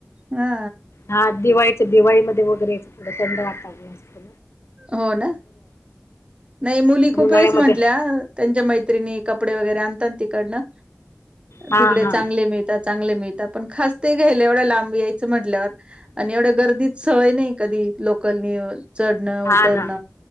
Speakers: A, on the right; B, on the left.
A: हा
B: हा दिवाळीच्या दिवाळीमध्ये वगरे थो थंड वाा असत
A: हो ना नाही मुली खूपेच
B: उन्हाळ्यामध्ये
A: म्हटल्या त्यांच्या मैत्रिणी कपडे वगैरे आणत तिकडन
B: हा
A: तिकडे
B: हा
A: चांगले मिळतात चांगले मिळतात पण खास ते घ्यायला एवढ्या लांब यायचं म्हटल्यावर आणि एवढ्या गर्दीत सवय नाही कधी लोकलनी चढ
B: हा
A: तरण
B: ना